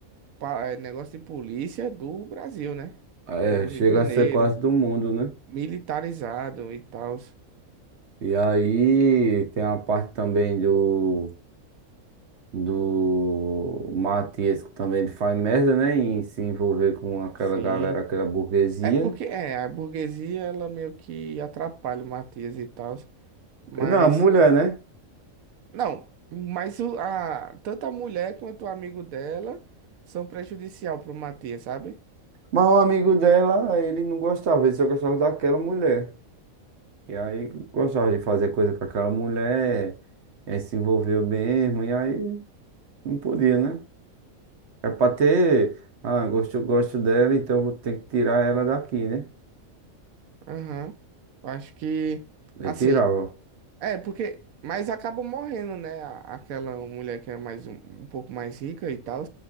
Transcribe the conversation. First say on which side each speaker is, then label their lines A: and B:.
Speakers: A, on the right; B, on the right.
A: pa- eh, negócio de polícia do Brasil, né?
B: É,
A: Que é o do
B: chega
A: Rio de Janeiro,
B: a ser quase do mundo, né?
A: militarizado e tal.
B: E aí tem a parte também do do Matias que também ele faz merda, né? Em se envolver com aquela
A: Sim,
B: galera, aquela burguesia.
A: É porque é, a burguesia ela meio que atrapalha o Matias e tal, mas
B: Não, a mulher, né?
A: não, mas o, a, tanto a mulher quanto o amigo dela são prejudicial pro Matias, sabe?
B: Mas um amigo dela, ele não gostava, ele só gostava daquela mulher. E aí gostava de fazer coisa com aquela mulher, e aí se envolveu mesmo, e aí não podia, né? É pra ter, ah, gosto, gosto dela, então vou ter que tirar ela daqui, né?
A: Aham. Eu Acho que
B: Eu
A: assim,
B: tirava.
A: é porque mas acaba morrendo, né? a- Aquela mulher que é mais um, um pouco mais rica e tal,